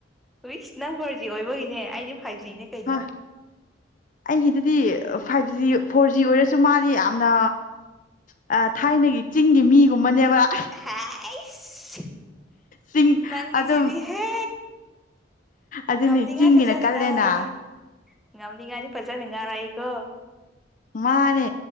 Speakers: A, in the centre; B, on the left.
A: ꯑꯨꯏꯁ ꯅꯪ ꯐꯣꯔ ꯖꯤ ꯑꯣꯏꯕꯒꯤꯅꯦ ꯑꯩꯗꯤ ꯐꯥꯏꯚ ꯖꯤꯅꯦ ꯀꯩꯅꯣ
B: ꯍꯣꯏ ꯑꯩꯒꯤꯗꯨꯗꯤ ꯐꯥꯏꯚ ꯖꯤ ꯐꯣꯔ ꯖꯤ ꯑꯣꯏꯔꯁꯨ ꯃꯥꯗꯤ ꯌꯥꯝꯅ ꯑ ꯊꯥꯏꯅꯒꯤ ꯆꯤꯡꯒꯤ ꯃꯤꯒꯨꯝꯕꯅꯦꯕ
A: ꯍꯥꯏꯁ
B: ꯆꯤꯡ
A: ꯅꯪꯪꯒꯤꯁꯤꯗꯤ
B: ꯑꯗꯨꯝ
A: ꯍꯦ
B: ꯑꯗꯨꯅꯤ
A: ꯉꯝꯅꯤꯉꯥꯏ
B: ꯆꯤꯡꯒꯤꯅ
A: ꯐꯖꯅ
B: ꯀꯜꯂꯦꯅ
A: ꯉꯥꯏꯔꯛꯑꯦ ꯉꯝꯅꯤꯡꯉꯥꯏꯗꯤ ꯐꯖꯅ ꯉꯥꯏꯔꯛꯑꯦꯀꯣ
B: ꯃꯥꯅꯦ